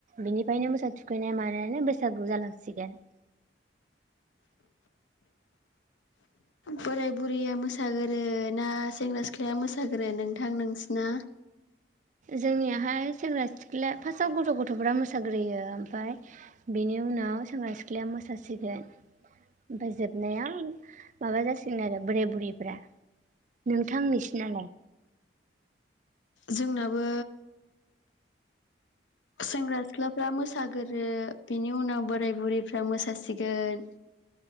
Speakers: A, on the right; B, on the left.
A: बिनिफ्रायनो मोसौ थुखैनाया मानायानो बैसागु जालांसिगोन
B: बोराय बुरिया मोसागोरो ना सेंग्रा सिख्लाया मोसागोरो नोंथां नोंसिना
A: जोंनियाहाय सेंग्रा सिख्ल फार्स्टआव गथ' गथ'फ्रा मोसाग्रोयो ओमफ्राय बेनि उनाव सेंग्रा सिख्लाया मोसासिगोन ओफ्राय जोबनायाव माबा जासिगोन आरो बोराय बुरैफ्रा नोंथां नोंसिनालाय?
B: जोंनाबो सेंग्रा सिख्लाफ्रा मोसागोरो बिनि उनाव बोराय बुरैफ्रा मोसासिगोन